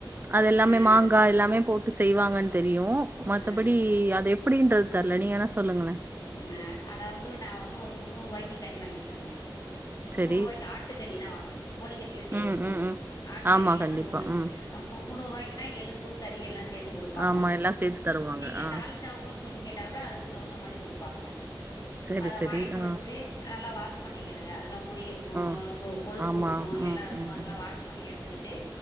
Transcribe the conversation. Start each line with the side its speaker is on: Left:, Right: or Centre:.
Right: அது எல்லாமே
Left: அ அ
Right: மாங்கா எல்லாமே போட் டு செய்வாங்கன்னு தெரியு மத்தபடி
Left: அ
Right: அது எப்டின்றது தெர்ல நீங்க வேனா சொல்லுங்களே
Left: ஹ அதாவது நா வந்து ஒரு முந்நூறுபாய்க்கு கறி வாங்கிட்ருந்தே முந்நூறுவாய்க்கு
Right: சரி.
Left: ஆட்டுக்கறி தா வாங்கனே கோழிக்கறில செய்ய
Right: ம்,
Left: முடியாது
Right: ம், ம்.
Left: ஆட்டுக்கறிலா
Right: ஆமா, கண்டிப்பா.
Left: முந்நூறு வாய்க்
Right: ம்.
Left: முன்னூறுபாய்க்குனா எலும்பு கறி எல்லா சேர்த்து குடுப்பாங்க
Right: ஆமா, எல்லாம் சேர்த்து தருவாங்க.
Left: நீங்க
Right: ஆ.
Left: தால் ச்சாவுக்குன் சொல்லி கேட்டாதா அதுக்கு தகுந்த மாரி குடுப்பாங்க
Right: சரி,
Left: அத
Right: சரி.
Left: வாங்கிட்டு
Right: ஆ,
Left: வந்து நல்லா வாஷ் பண்ணிக்கிடுங்க அதுல முடி இருக்கு
Right: ஆ.
Left: தொ கொழுப்பு
Right: ஆமா.
Left: இருக்கு
Right: ம்,
Left: எல்லாருக்
Right: ம்,
Left: கு அதெல்லா
Right: ம்.
Left: வாஷ் பண்ணி எடுத்துக்கிட்டு